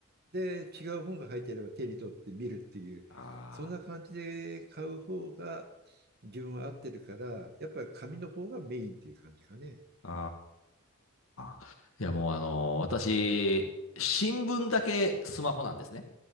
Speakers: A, on the right; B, on the left.
A: で違う本が入っていれば手に取って見るっていうそんな感じで買う方が自分は合ってるからやっぱり紙の方がメインっていう感じかね。
B: ああ。ああ。いや、もうあの、私、新聞だけスマホなんですね。